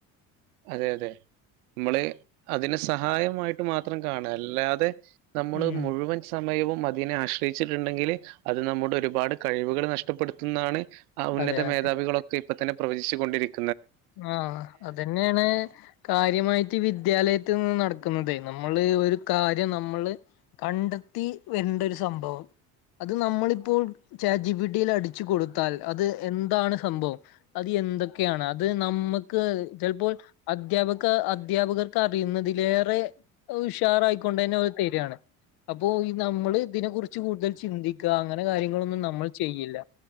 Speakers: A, on the right; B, on the left.
A: അതെ അതെ നമ്മള് അതിന് സഹായമായിട്ട് മാത്രം കാണാം അല്ലാത അതെ നമ്മള്
B: ഉം
A: മുഴുവൻ സമയവും അതിനീെ ആശ്രയിച്ചിട്ടുണ്ടെങ്കിൽ അത് നമ്മുടെ ഒരുപാട് കഴിവുകൾ നഷ്ടപ്പെടുത്തുന്നതാണ് ആ ഉന്നത
B: അതെ അതെ
A: മേധാവികളൊക്കെ ഇപ്പ തന്നെ പ്രവചിച്ചുൊണ്ടിരിക്കും
B: ആഹ് അതന്നെയാണ് കാര്യമായിട്ട് വിദ്യാലയത്തിൽ ഇന്ന് നടക്കുന്നത് നമ്മള് ഒരു കാര്യം നമ്മള് കണ്ടെത്തി വരേണ്ട് ഒരു സംഭവം അത് നമ്മളിപ്പോൾ ചാജ് ജിപിട്ടിയിൽ അടി വച്ച കൊടുത്താൽ അത് എന്താണ് സംഭവം അത് എന്തൊക്കെയാണ് അത് നമ്മ ക്ക് ചിലപ്പോൾ അധ്യാപക അധ്യാപകർക്ക് അറിയുന്നതിലേറെ ഉഷാറായിക്കൊണ്ടന്നെ ഓര് തരിയാണ് അപ്പോ നമ്മൾ ഇതിനെ കുറിച്ച് കൂടുതൽ ചിന്തിക്കുക അങ്ങനെ കാര്യങ്ങളൊന്നും നമ്മൾ ചെയ്യില്ല.